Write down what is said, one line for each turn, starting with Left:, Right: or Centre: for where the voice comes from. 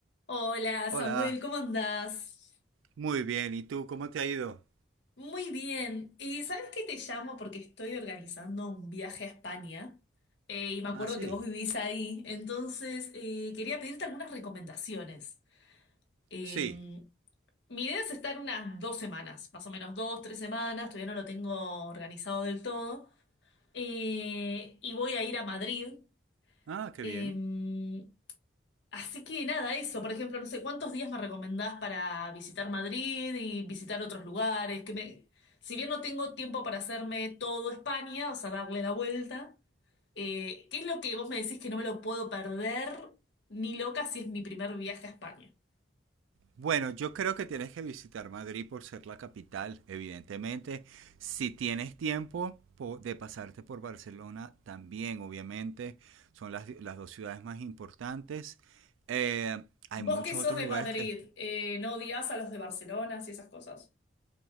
Left: Hola Samuel,
Right: Hola.
Left: ¿cómo andás?
Right: Muy bien. ¿Y tú cómo te ha ido?
Left: Muy bien. ¿Y sabes qué te llamo? Porque estoy organizando un viaje a España eh, y me acuerdo
Right: Ah, sí.
Left: que vos vivís ahí, entonces eh, quería pedirte algunas recomendaciones. Eh,
Right: Sí.
Left: mi idea es estar unas dos semanas, más o menos dos, tres semanas, todavía no lo tengo organizado del todo, eh, y voy a ir a Madrid.
Right: Ah, qué
Left: Eh,
Right: bien.
Left: Así que nada, eso, por ejemplo, no sé, ¿cuántos días me recomendás para visitar Madrid y visitar otros lugares? Que me, si bien no tengo tiempo para hacerme todo España, o sea, darle la vuelta, eh, ¿qué es lo que vos me decís que no me lo puedo perder ni loca si es mi primer viaje a España?
Right: Bueno, yo creo que tienes que visitar Madrid por ser la capital, evidentemente. Si tienes tiempo po- de pasarte por Barcelona, también, obviamente. Son las, las dos ciudades más importantes. Eh, hay
Left: Vos
Right: muchos
Left: que sos
Right: otros
Left: de
Right: lugares
Left: Madrid,
Right: que...
Left: eh, ¿no odias a los de Barcelona y esas cosas?